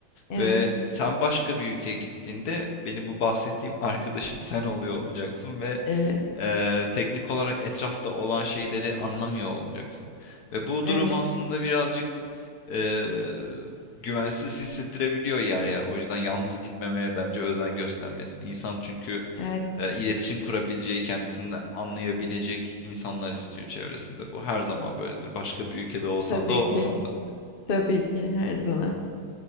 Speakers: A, on the left (about 75°); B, on the left (about 55°).
A: Evet,
B: Ve sen başka bir ülkeye gittiğinde benim bu bahsettiğim <laughs> arkadaşım sen oluyor olacaksın ve
A: evet,
B: eee, teknik olarak etrafta olan şeyleri anlamıyor olacaksın. Ve bu
A: evet,
B: durum aslında birazcık eee, güvensiz hissettirebiliyor yer yer. O yüzden yalnız gitmemeye bence özen göstermelisin. İnsan çünkü
A: evet.
B: eee, iletişim kurabileceği, kendisini anlayabilecek insanlar istiyor çevresinde. Bu her zaman böyledir. Başka bir ülkede olsan
A: Tabii
B: da olmasan
A: ki,
B: da.
A: tabii ki her zaman.